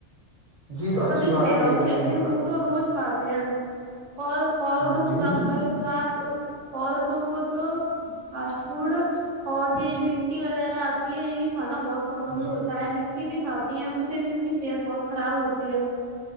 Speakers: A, on the right; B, on the right.
A: جی تو اچھی
B: پر جو
A: بات
B: شہروں
A: ہے
B: میں
A: ان
B: رہتی
A: سے
B: ہیں
A: مطلب
B: وہ تو روز کھاتے ہیں اور عورتوں
A: ہاں جی
B: کی بات
A: ان
B: کریں تو آپ عورتوں کو تو فاسٹ فوڈ اور یہ مٹی وغیرہ آتی ہے یہ بھی کھانا بہت پسند
A: جی
B: ہوتا ہے مٹی بھی کھاتی ہیں ان سے بھی ان کی صحت بہت خراب ہوتی ہے